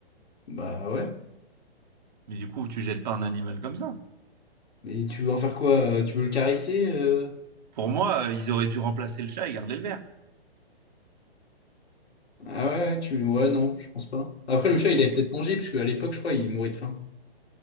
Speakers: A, on the left; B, on the right.
A: Bah ouais.
B: Mais du coup, tu jettes pas un animal comme ça.
A: Mais tu veux en faire quoi? euh, Tu veux le caresser? euh
B: Pour moi, euh, ils auraient dû remplacer le chat et garder le ver.
A: Ah ouais, ouais, tu... ouais, non, je pense pas. Après, le chat, il
B: Ok.
A: avait peut-être mangé, puisque à l'époque, je crois, il mourait de faim.